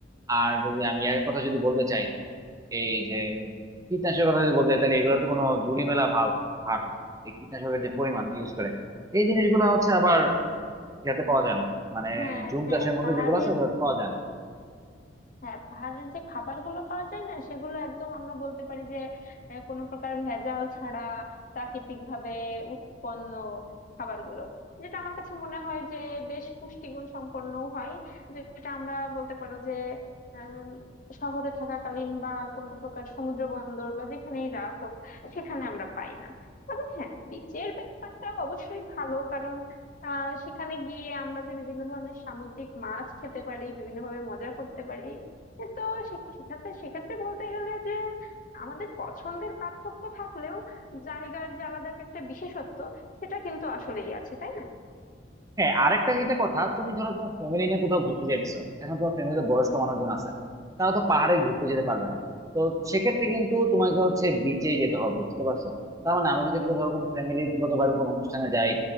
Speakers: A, on the right; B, on the left.
A: আর যদি আমি এর কথা যদি বলতে চাই এই যে কীটনাশকের কথা যদি বলতে চাই তাহলে এগুলো তো কোনো ঝুড়ি মেলা ভাব হার এই কীটনাশকের যে পরিমাণ ইউজ করে এই জিনিসগুলো হচ্ছে আবার ইয়াতে পাওয়া যায় না মানে
B: হ্যাঁ
A: ঝুম
B: হ্যাঁ
A: চাষের মধ্যে
B: পাহাড়ের
A: যেগুলো আছে ওগুলোতে পাওয়া যায় না
B: হ্যাঁ পাহাড়ের যে খাবারগুলো পাওয়া যায় না সেগুলো একদম আমরা বলতে পারি যে আহ, কোনো প্রকার ভেজাল ছাড়া প্রাকৃতিক ভাবে উৎপন্ন খাবারগুলো যেটা আমার কাছে মনে হয় যে বেশ পুষ্টিগুণ সম্পন্ন হয় যেটা আমরা বলতে পারো যে আম, শহরে থাকাকালীন বা কোনো প্রকার সমুদ্র বন্দর বা যেখানেই যাওয়া হোক সেখানে আমরা পাই না তবে হ্যাঁ বিচের ব্যাপারটা অবশ্যই ভালো কারণ আহ সেখানে গিয়ে আমরা যে বিভিন্ন ধরনের সামুদ্রিক মাছ খেতে পারি বিভিন্নভাবে মজা করতে পারি এ তো সে- সেক্ষেত্রে সেক্ষেত্রে বলতে গেলে যে আমাদের পছন্দের পার্থক্য থাকলেও জায়গার যে আলাদা একটা বিশেষত্ব সেটা কিন্তু আসলেই আছে তাই না
A: হ্যাঁ আরেকটা যেটা কথা তুমি ধরো তোমার ফ্যামিলি নিয়ে কোথাও ঘুরতে যাইতেছো এখন তোমার ফ্যামিলিতে বয়স্ক মানুষজন আছে তারা তো পাহাড়ে ঘুরতে যেতে পারবে না তো সেক্ষেত্রে কিন্তু তোমাকে হচ্ছে বিচে যেতে হবে বুঝতে পারছো তার মানে আমি যদি কেউ ধরো কোনো ফ্যামিলিগত ভাবে কোনো অনুষ্ঠানে যাই